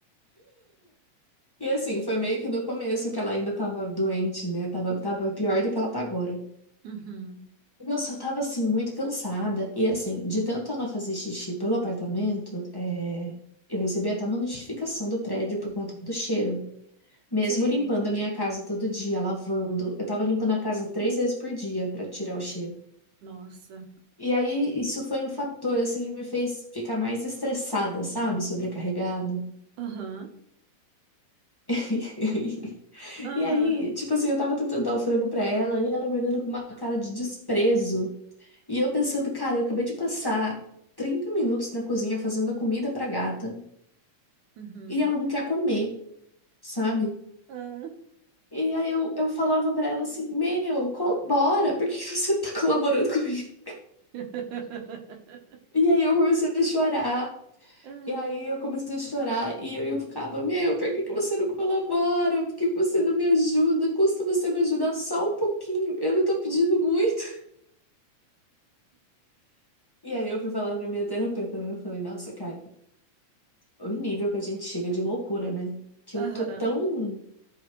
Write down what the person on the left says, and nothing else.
E assim, foi meio que no começo que ela ainda tava doente, né? Tava, tava pior do que ela tá agora.
Eu só tava assim muito cansada. E assim, de tanto ela fazer xixi pelo apartamento, é, eu recebi até uma notificação do prédio por conta do cheiro. Mesmo
limpando a minha casa todo dia, lavando, eu tava limpando a casa três vezes por dia pra tirar o cheiro.
E aí, isso foi um fator assim que me fez ficar mais estressada, sabe? Sobrecarregada.
<laughs>
E aí, tipo assim, eu tava tentando dar o frango pra ela e ela me olhando com uma cara de desprezo. E eu pensando, cara, eu acabei de passar 30 minutos na cozinha fazendo a comida pra gata
e ela não quer comer, sabe?
E aí eu, eu falava pra ela assim: Meu, colabora, por que que você não tá colaborando comigo?
E aí eu comecei a chorar.
E aí eu comecei a chorar e eu, eu ficava: Meu, por que que você não colabora? Por que que você não me ajuda? Custa você me ajudar só um pouquinho, eu não tô pedindo muito. E aí eu fui falar pra minha terapeuta, né? Eu falei: Nossa, cara. o nível que a gente chega de loucura, né? Que
eu tô tão,